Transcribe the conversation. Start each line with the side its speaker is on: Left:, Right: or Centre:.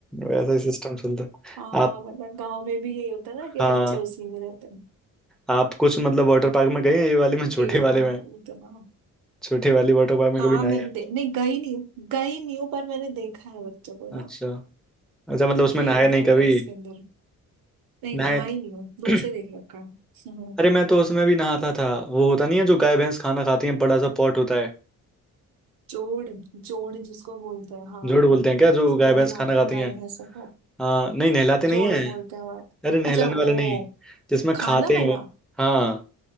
Centre: वैसा ही सिस्टम चलता है
Right: हाँ
Centre: आप
Right: मतलब गांव में भी यही होता है ना
Centre: हाँ
Right: कि बच्चे उसी में रहते हैं
Centre: आप कुछ मतलब वाटर पार्क में गए हैं ये वाले में <laughs> छोटे
Right: खेलना
Centre: वाले में
Right: कूदना
Centre: छोटे वाले वाटर पार्क में
Right: हाँ
Centre: कभी नहाए
Right: मैंने
Centre: हैं
Right: दे नहीं गई नहीं हूँ गई नहीं हूँ पर मैंने देखा है बच्चों को ना
Centre: अच्छा अच्छा मतलब उसमें
Right: खेलते
Centre: नहाए नहीं
Right: हुए
Centre: कभी
Right: इसके अंदर नहीं
Centre: नहाए
Right: नहाई नहीं हूँ
Centre: नहीं।
Right: दूर
Centre: <clears throat>
Right: से देख रखा है हम्म।
Centre: अरे मैं तो उसमें भी नहाता था वो होता नहीं है जो गाय भैंस खाना खाती है बड़ा सा पॉट होता है
Right: जोड़ जोड़ जिसको बोलते हैं हाँ
Centre: जोड़ बोलते हैं क्या जो
Right: जिसमें
Centre: गाय
Right: नहलाते
Centre: भैंस खाना खाती
Right: हैं गाय
Centre: है
Right: भैंसों को
Centre: हाँ नहीं नहलाते नहीं
Right: जोड़
Centre: है
Right: बोलते हैं हमारे
Centre: अरे नहलाने
Right: अच्छा
Centre: वाला
Right: वो
Centre: नहीं जिसमें
Right: खाना
Centre: खाते हैं
Right: वाला
Centre: वो हाँ